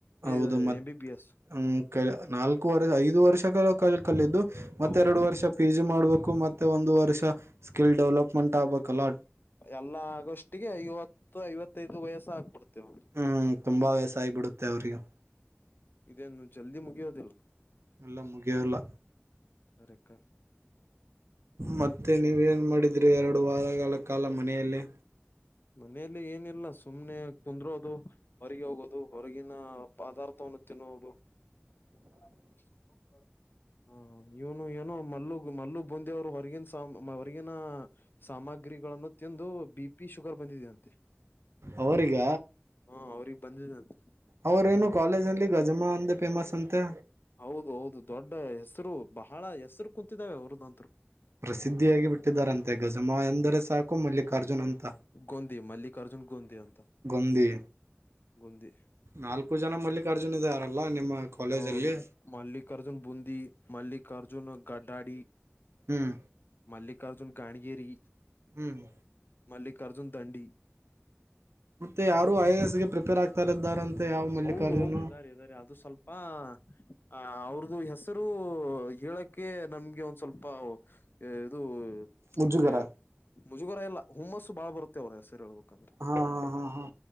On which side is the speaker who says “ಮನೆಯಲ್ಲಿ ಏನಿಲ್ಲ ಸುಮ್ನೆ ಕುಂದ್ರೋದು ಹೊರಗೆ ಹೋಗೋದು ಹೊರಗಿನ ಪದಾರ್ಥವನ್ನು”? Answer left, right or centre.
Left